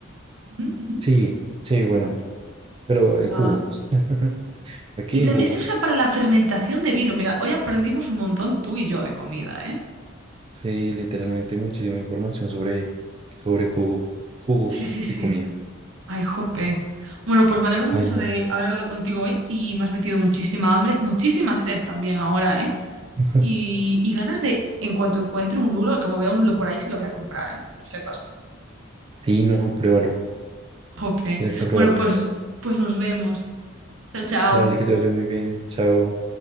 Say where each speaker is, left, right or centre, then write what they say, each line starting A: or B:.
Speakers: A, on the right; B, on the right.
A: Ujú, ujú.
B: Sí, sí, bueno, pero en
A: Buah.
B: jugo. <laughs> Aquí
A: Y también
B: en jugo.
A: se usa para la fermentación de vino. Mira, hoy aprendimos un montón tú y yo de comida, ¿eh?
B: Sí, literalmente muchísima información sobre, sobre jugo, jugos
A: Sí, sí, sí.
B: y comida.
A: Ay, jope. Bueno, pues me alegro mucho
B: Ay, no.
A: de haber hablado contigo hoy y me has metido muchísima hambre, muchísima sed también ahora, ¿eh?
B: <laughs>
A: Y, y ganas de, en cuanto encuentre un lulo, como vea un lulo por ahí, es que lo voy a comprar, ¿eh? Que lo sepas.
B: Sí, no, pruébalo.
A: <laughs> Jope.
B: Tienes que probarlo.
A: Bueno, pues, pues nos vemos. Chao, chao.
B: Dale, que te vaya muy bien. Chao.